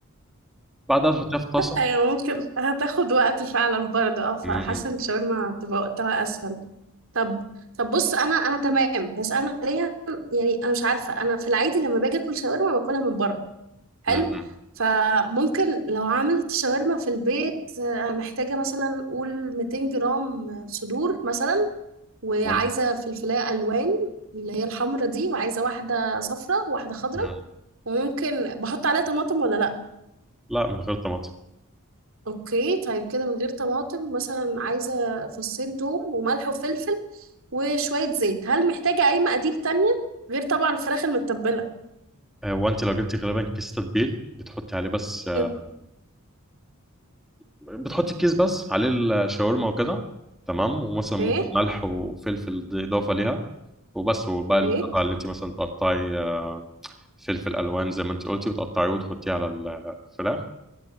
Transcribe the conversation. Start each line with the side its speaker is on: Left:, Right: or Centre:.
Centre: بعدها تحطيها في الطاسة
Right: ايوه ممكن هتاخد وقت فعلا برضه اه فحاسه
Centre: مم.
Right: ان الشاورما هتبقى وقتها اسهل طب طب بص انا انا تمام بس انا حاليا يعني انا مش عارفه انا في العادي لما باجي اكل شاورما باكلها من بره حلو
Centre: مم.
Right: فممكن لو عملت شاورما في البيت آه، انا محتاجه مثلا قول 200 جرام صدور مثلا وعايزة
Centre: مم.
Right: فلفلاية ألوان اللي هي الحمرة دي وعايزة واحدة صفرة وواحدة خضرة
Centre: مم.
Right: وممكن بحط عليها طماطم ولا لأ
Centre: لا من غير طماطم
Right: أوكي طيب كده من غير طماطم مثلا عايزة فصين توم وملح وفلفل وشوية زيت هل محتاجة أي مقادير تانية غير طبعا الفراخ المتبلة
Centre: هو أنت لو جبتي غالبا كيس تتبيل بتحطي عليه بس آه،
Right: مم.
Centre: بتحطي كيس بس عليه الشاورما وكده تمام ومثلا ممكن
Right: إيه
Centre: ملح وفلفل دي إضافة ليها وبس وبقى القطع
Right: إيه
Centre: اللي أنت مثلا تقطعي آه، فلفل ألوان زي ما أنت قلتي وتقطعيه وتحطيه على الفراخ